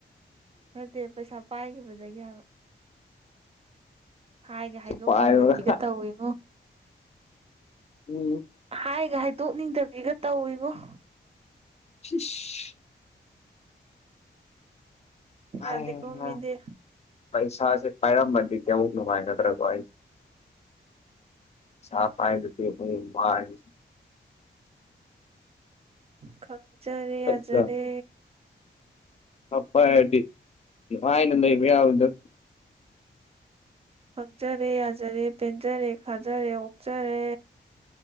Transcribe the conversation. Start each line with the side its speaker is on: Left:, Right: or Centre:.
Right: ꯅꯠꯇꯦ ꯄꯩꯁꯥ ꯄꯥꯏꯈꯤꯕꯗꯒꯤ ꯍꯥꯏꯕ ꯍꯥꯏꯒ ꯍꯥꯏꯗꯣꯛꯅꯤꯡꯗꯕꯤꯒ
Left: ꯄꯥꯏꯕ
Right: ꯇꯧꯋꯤꯉꯣ
Left: ꯎꯝ
Right: ꯍꯥꯏꯒ ꯍꯥꯏꯗꯣꯛꯅꯤꯡꯗꯕꯤꯒ ꯇꯧꯋꯦꯕꯣ
Left: ꯑ <inaudible>
Right: ꯌꯥꯗꯦꯀꯣ
Left: ꯍꯩꯍꯥ
Right: ꯃꯤꯗꯤ
Left: ꯄꯩꯁꯥꯁꯦ ꯄꯥꯏꯔꯝꯃꯗꯤ ꯀꯌꯥꯃꯨꯛ ꯅꯨꯡꯉꯥꯢꯒꯗ꯭ꯔ ꯑꯩꯁꯦ ꯁꯥꯐꯥꯏꯗ ꯇ ꯃꯥ <inaudible>
Right: ꯈꯪꯖꯔꯦ
Left: ꯄꯩꯁꯥ
Right: ꯌꯥꯖꯔꯦ
Left: ꯄꯥꯏꯔꯗꯤ ꯅꯨꯉꯥꯏꯅ ꯂꯩꯕ ꯌꯥꯕꯗꯨ
Right: ꯈꯪꯖꯔꯦ ꯌꯥꯖꯔꯦ ꯄꯦꯟꯖꯔꯦ ꯈꯥꯖꯔꯦ ꯑꯣꯛꯆꯔꯦ